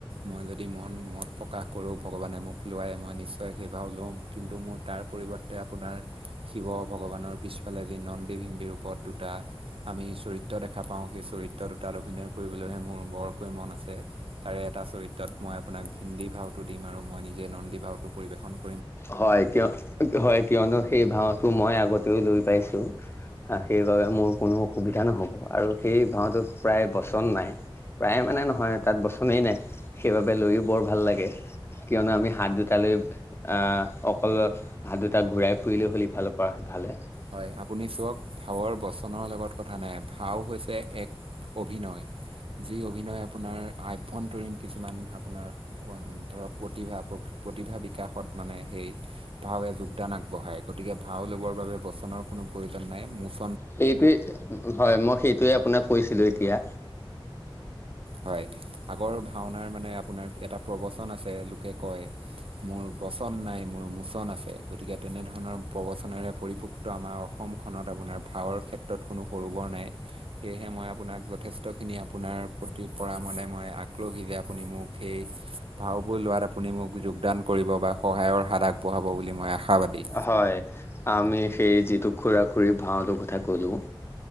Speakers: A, on the right (about 80°); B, on the left (about 25°).
A: মই যদি মন মত প্ৰকাশ কৰোঁ ভগৱানে মোক লোৱাই মই নিশ্চয় ত সেই ভাও লম, কিন্তু মোৰ তাৰ পৰিৱৰ্তে আপোনাৰ শিৱ ভগবানৰ পিছত পিছফালে যি নন্দী ভিন্দিৰ ওপৰত দুটা আমি চৰিত্ৰ দেখা পাওঁ, সেই চৰিত্ৰ দুটাত অভিনয় কৰিবলৈহে মোৰ বৰকৈ মন আছে। তাৰে এটা চৰিত্ৰত মই আপোনাক ভিন্দী ভাওটো দিম আৰু মই নিজে নন্দী ভাওটো পৰিৱেশন কৰোঁ।
B: হয় কিয় হয় কিয়নো সেই ভাওটো মই আগতেও লৈ পাইছো। সেইবাবে মোৰ কোনো অসুবিধা নহ'ব আৰু সেই ভাওটোত প্ৰায় বচন নাই। প্ৰায় মানে নহয় তাত বচনেই নাই সেইবাবে লৈও বৰ ভাল লাগে। কিয়নো আমি হাত দুটালৈ আহ অকল হাত দুটা ঘূৰাই ফুৰিলে হ'ল ইফালৰ পৰা সিফালে।
A: হয় আপুনি চাওক ভাওৰ বচনৰ লগত কথা নাই ভাও হৈছে এক অভিনয়, যি অভিনয় আপোনাৰ আভ্যন্তৰীণ কিছুমান আপোনাৰ ধৰক প্ৰতিভা প্ৰতিভা বিকাশত মানে সেই ভাওে যোগদান আগবঢ়ায় গতিকে ভাও ল'বৰ বাবে বচনৰ কোনো প্ৰয়োজন নাই মুচ
B: সেইটোৱে হয় মই সেইটোৱে আপোনাক কৈছিলো এতিয়া।
A: হয় আগৰ ভাওনাৰ মানে আপোনাৰ এটা প্ৰবচন আছে লোকে কয়। মোৰ বচন নাই মোৰ মুোচন আছে। গতিকে তেনেধৰণৰ প্ৰবচনেৰে পৰিপুক্ত আমাৰ অসমখনত আপোনাৰ ভাৱৰ ক্ষেত্ৰত ক্ষেত্ৰত কোনো সৰু বৰ নাই সেয়েহে মই আপোনাক যথেষ্টখিনি আপোনাৰ প্ৰতি পৰা মানে মই আককলহী যে আপুনি মোক সেই ভাওবোৰ লোৱাত আপোনি মোক যোগদান কৰিব বা সহায় সাত আগ বঢ়াব বোলি মই আশাবাদি।
B: হয় আমি সেই যিটো খুৰা খুৰী ভাওটোৰ কথা ক'লোঁ,